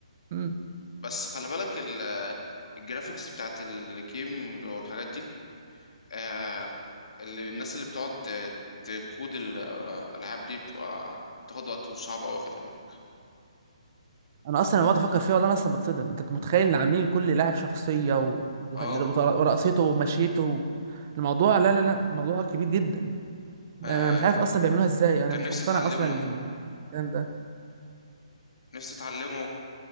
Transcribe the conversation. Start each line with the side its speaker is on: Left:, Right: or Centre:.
Right: امم
Left: بس خلي بالك ال- الجرافيكس بتاعت الجيم والحاجات دي آه اللي الناس اللي بتقعد ت- تكود الالعاب دي بتبقى تاخد وقت وصعب قوي خلي بالك
Right: انا اصلا لما بقعد افكر فيها والله انا اصلا بتصدم انت متخيل ان عاملين لكل لاعب شخصيه و... وهل-
Left: اه
Right: وطر- ورقصته ومشيته الموضوع لا لا لا الموضوع كبير جدا انا
Left: آه،
Right: مش عارف اصلا بيعملوها ازاي انا
Left: كان
Right: مش
Left: نفسي
Right: مقتنع
Left: اتعلمه
Right: اصلا ال- ال- الكلام ده
Left: نفسي اتعلمه